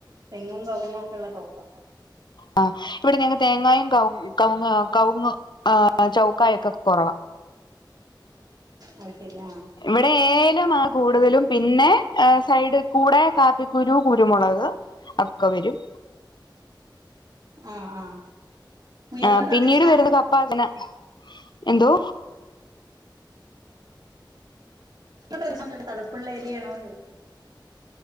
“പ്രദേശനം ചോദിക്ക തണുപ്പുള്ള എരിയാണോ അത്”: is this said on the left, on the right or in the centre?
Right